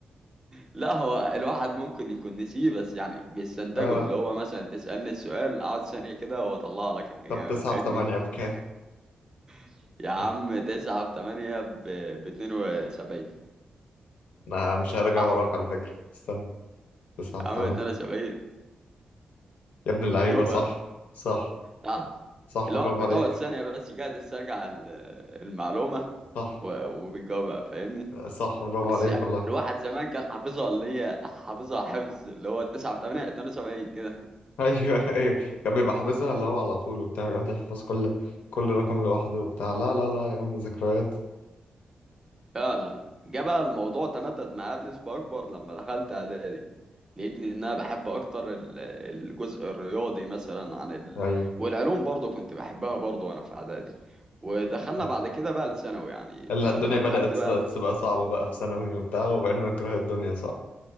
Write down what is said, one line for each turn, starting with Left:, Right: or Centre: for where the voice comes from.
Right: لا هو الواحد ممكن يكون نسيه بس يعني بيستنتجه
Left: آه
Right: اللي هو مثلا تسألني السؤال اقعد ثانية كده واطلع لك الإجابة
Left: طب تسعة
Right: فاهمني
Left: في تمانية بكام؟
Right: <laughs> يا عم
Left: <laughs>
Right: تسعة في تمانية ب 72
Left: أنا مش هرجع
Right: صح
Left: وراك على فكرة استنى تسعة في
Right: يا عم
Left: تمانية
Right: 72
Left: يا ابن اللعيبة
Right: شوفها
Left: صح صح
Right: اه
Left: صح
Right: اللي
Left: برافو
Right: هو بتقعد
Left: عليك
Right: ثانية بس قاعد تسترجع ال- المعلومة
Left: صح
Right: و- وبتجاوبها فاهمني
Left: صح برافو
Right: بس
Left: عليك
Right: يعني
Left: والله
Right: الواحد زمان كان حافظها اللي هي حافظها حفظ اللي هو 9 في 8 72 كده
Left: <laughs> ايوه ايوه كان بيبقى حافظها اللي هو على طول وبتاع يقعد يحفظ كل كل رقم لوحده وبتاع لا لا لا يا عم ذكريات
Right: فعلا جه بقى الموضوع تمدد معايا بنسبة أكبر لما دخلت إعدادي لقيتني إن أنا بحب أكتر ال- الجزء الرياضي مثلا عن ال...
Left: ايوه
Right: والعلوم برضو كنت بحبها برضو وأنا في إعدادي ودخلنا
Left: صح.
Right: بعد كده بقى الثانوي يعني
Left: اللي
Right: لما
Left: الدنيا
Right: دخلت
Left: بدأت
Right: بقى
Left: س- تبقى صعبة بقى في ثانوي وبتاع وبقينا نكره الدنيا صح